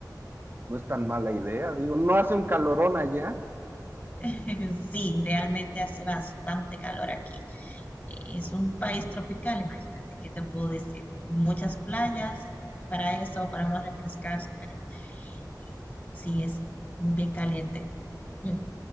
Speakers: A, on the right (about 30°); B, on the left (about 25°).
A: No es tan mala idea, digo, no hace un calorón allá.
B: <laughs> Sí, realmente hace bastante calor aquí. Es un país tropical, imagínate, ¿qué te puedo decir? Muchas playas para eso, para uno refrescarse, pero y sí es bien caliente. Mm.